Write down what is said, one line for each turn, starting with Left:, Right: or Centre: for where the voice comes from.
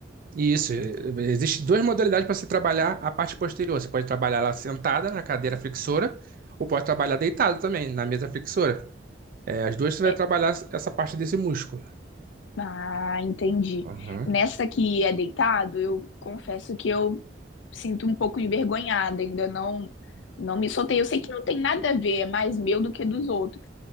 Right: Isso, Existem duas modalidades para você trabalhar a parte posterior. Você pode trabalhar ela sentada na cadeira flexora ou pode trabalhar deitado também na mesa flexora. É, as duas você vai
Left: É,
Right: trabalhar essa parte desse músculo.
Left: Ah, entendi.
Right: Uhum.
Left: Nessa que é deitado, eu confesso que eu sinto um pouco envergonhada, ainda não não me soltei. Eu sei que não tem nada a ver, é mais meu do que dos outros.